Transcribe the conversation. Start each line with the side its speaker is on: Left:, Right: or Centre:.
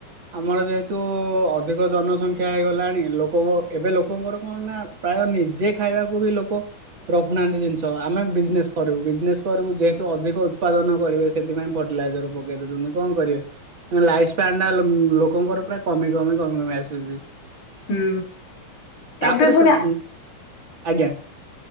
Right: ଆମର ଯେହେତୁ ଅଧିକ ଜନସଂଖ୍ୟା ହେଇଗଲାଣି, ଲୋକ ଏବେ ଲୋକଙ୍କର କଣ ନା ପ୍ରାୟ ନିଜେ ଖାଇବାକୁ ବି ଲୋକ ରଖୁନାହାନ୍ତି ଜିନିଷ ଆମେ ବିଜନେସ୍ କରିବୁ ବିଜନେସ୍ କରିବୁ ଯେହେତୁ ଅଧିକ ଉତ୍ପାଦନ କରିବେ ସେଥିପାଇଁ ଫ ଟିଲାଇଜର୍ ପକେଇ ଦେଉଚନ୍ତି, କଣ କରିବେ? ଲାଇସ୍ ପ୍ୟାଣ୍ଡାଲ ଉଁ ଲୋକଙ୍କର ପୁରା କମି କମି କମି କମି ଆସୁଚି।
Left: ହୁଁ
Right: ତାପରେ
Left: ଏବେ ଫୁଣି
Right: ସବୁ
Left: ଆ
Right: ଆଜ୍ଞା